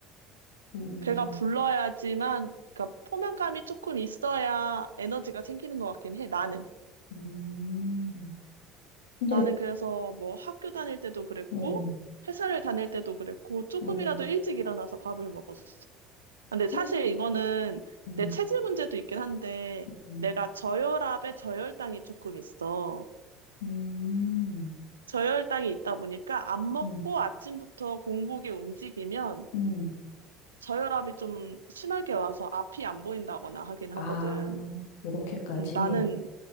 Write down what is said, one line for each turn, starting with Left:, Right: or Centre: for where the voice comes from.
Left: 음,
Right: 배가 불러야지만, 그러니까 포만감이 조금 있어야 에너지가 생기는 것 같긴 해, 나는.
Left: 음. 근데
Right: 나는 그래서 뭐 학교 다닐 때도 그랬고,
Left: 어,
Right: 회사를 다닐 때도 그랬고, 조금이라도
Left: 어.
Right: 일찍 일어나서 밥을 먹었어. 근데 사실
Left: 어?
Right: 이거는
Left: 음.
Right: 내 체질 문제도 있긴 한데
Left: 음,
Right: 내가 저혈압에 저혈당이 조금 있어.
Left: 음,
Right: 저혈당이 있다 보니까 안 먹고
Left: 음,
Right: 아침부터 공복에 움직이면
Left: 음.
Right: 저혈압이 좀 심하게 와서 앞이 안 보인다거나 하긴 하거든.
Left: 아, 이렇게까지.
Right: 음, 나는